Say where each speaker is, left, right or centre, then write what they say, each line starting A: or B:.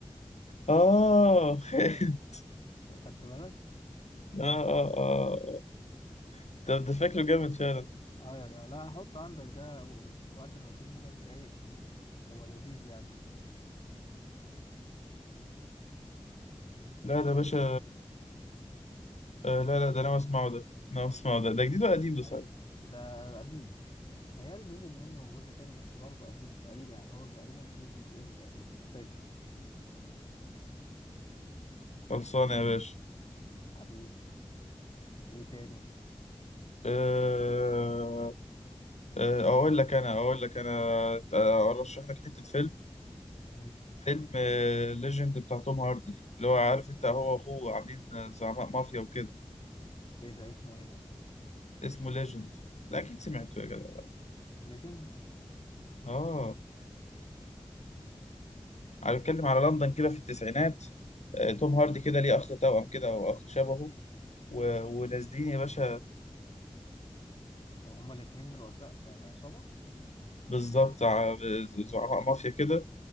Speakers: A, on the left; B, on the left.
A: اه <laughs>
B: خدت بالك؟
A: اه اه اه طب ده شكله جامد فعلا ده.
B: اه يا جدع لا حط عندك ده و- وقت ما يكون مودك رايق هو لذيذ يعني
A: لا ده باشا آه لا لا ده انا اسمعه ده انا اسمعه ده ده جديد ولا قديم ده
B: عيش
A: صحيح
B: ده قديم هيال نزل منه جزء تاني بس برضه قديم تقريبا يعني هو تقريبا فيه جزئين تقريبا مش فاكر
A: خلصان يا باشا
B: حبيبي ايه تاني
A: آه آه اقول لك انا اقول لك انا آه، ارشح لك حتة فيلم
B: مم.
A: فيلم ليجند بتاع توم هاردي اللي هو عارف انت هو واخوه عاملين زعماء مافيا وكده
B: ايه ده اسمه ايه ده
A: اسمه ليجند لا اكيد سمعته يا جدع
B: ليجند
A: اه أنا بتكلم على لندن كده في التسعينات آه، توم هاردي كده ليه أخ توأم كده أو أخ شبهه و-
B: اوكي،
A: ونازلين يا باشا
B: هما الاتنين رؤساء آه، عصابة
A: بالظبط ع- زعماء مافيا كده